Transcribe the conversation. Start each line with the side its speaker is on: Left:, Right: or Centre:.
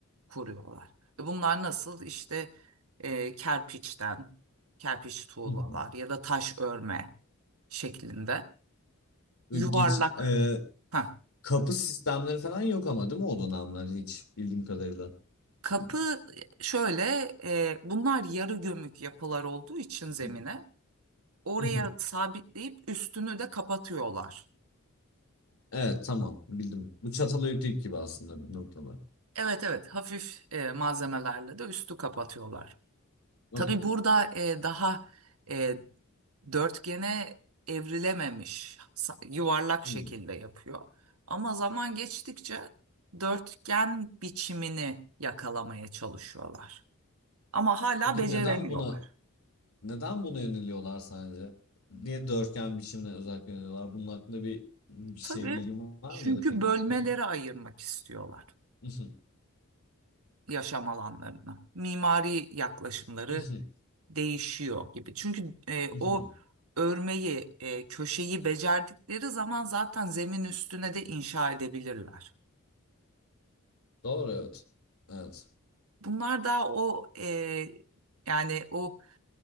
Right: kuruyorlar. E Bunlar nasıl? İşte eee, kerpiçten, kerpiç tuğlalar
Left: hı hı.
Right: ya da taş örme şeklinde
Left: Böyle
Right: yuvarlak.
Left: geç, e,
Right: Heh,
Left: kapı sistemleri falan yok ama değil mi o dönemler hiç bildiğim kadarıyla.
Right: Kapı
Left: Hı
Right: e, şöyle, e, bunlar yarı gömük yapılar olduğu için zemine
Left: hı
Right: oraya
Left: hı hı.
Right: sabitleyip üstünü de kapatıyorlar.
Left: Evet tamam bildim. Bu Çatalhöyük gibi aslında bir noktada.
Right: Evet evet hafif e, malzemelerle de üstü kapatıyorlar.
Left: Okey.
Right: Tabii burada e, daha e, dörtgene evrilememiş sa- yuvarlak
Left: Hmm.
Right: şekilde yapıyor. Ama zaman geçtikçe dörtgen biçimini yakalamaya çalışıyorlar. Ama hala
Left: Peki
Right: beceremiyorlar.
Left: neden buna neden buna yöneliyorlar sence? Niye dörtgen biçimine özellikle yöneliyorlar? Bunun hakkında bir bir şey
Right: Tabii
Left: bilgin var
Right: çünkü
Left: mı ya da fikrin?
Right: bölmelere
Left: <laughs>
Right: ayırmak istiyorlar
Left: Mhm,
Right: yaşam alanlarını. Mimari yaklaşımları
Left: mhm,
Right: değişiyor gibi. Çünkü e,
Left: mhm,
Right: o
Left: mhm.
Right: örmeyi, e, köşeyi becerdikleri zaman zaten zemin üstüne de inşa edebilirler.
Left: Doğru evet. Evet.
Right: Bunlar daha o e, yani o